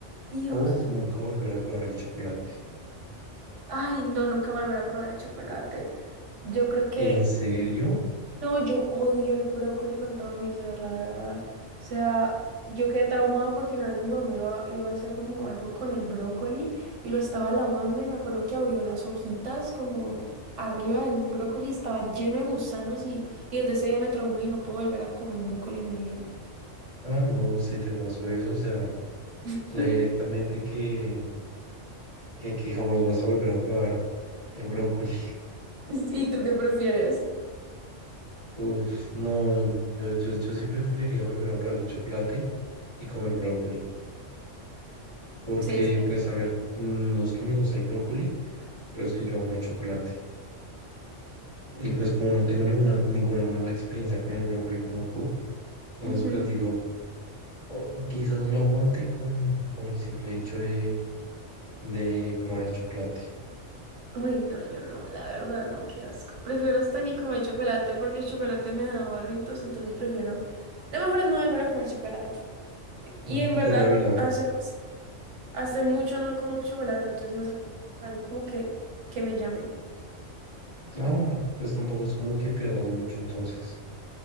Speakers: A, on the right; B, on the left.
A: Dios.
B: o nunca volver a probar el chocolate?
A: Ay, no, nunca volver a probar el chocolate. Yo creo que,
B: ¿En serio?
A: no, yo odio el brócoli con todo mi ser, la verdad. O sea, yo quedé traumado porque una vez mi mamá iba, iba a hacer como algo con el brócoli y lo estaba lavando y me acuerdo que abrió las hojitas como arriba del brócoli, estaba lleno de gusanos y, y desde ese día me traumé y no puedo volver a comer un brócoli en mi vida.
B: Ah, no, si te pasó eso, o sea,
A: <laughs>
B: ya directamente que... que, que jamás vas a volver a probar el brócoli.
A: ¿Y tú qué <laughs> prefieres?
B: Uf, no, yo, yo, yo sí preferiría volver a probar el chocolate y comer brócoli, porque
A: Sí, sí.
B: pues a ver, no es que me gusta el brócoli, pero es que yo amo el chocolate. Y pues como no tengo ninguna, ninguna mala experiencia con el brócoli como tú, entonces
A: Ujú.
B: pues digo, o quizás lo aguante con, con el simple hecho de, de probar el chocolate
A: Uy, no, yo no, la verdad no, qué asco. Prefiero hasta ni comer chocolate porque el chocolate me da barritos, entonces prefiero. Lo mejor es no volver a comer chocolate.
B: mm,
A: Y en verdad,
B: por la vila.
A: hace, hace mucho no como chocolate, entonces no es algo como que, que me llamen.
B: Ah, bueno, pues tampoco es como que pierdas mucho entonces.